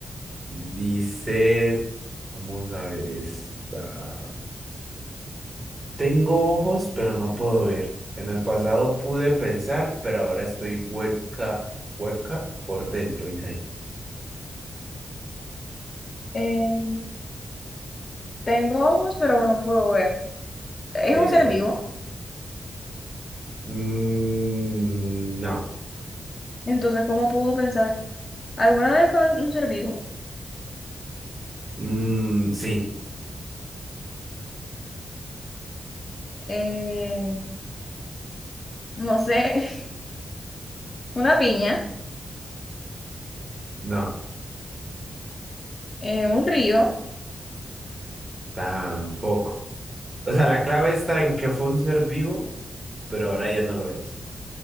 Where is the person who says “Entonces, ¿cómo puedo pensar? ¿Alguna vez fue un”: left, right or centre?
Left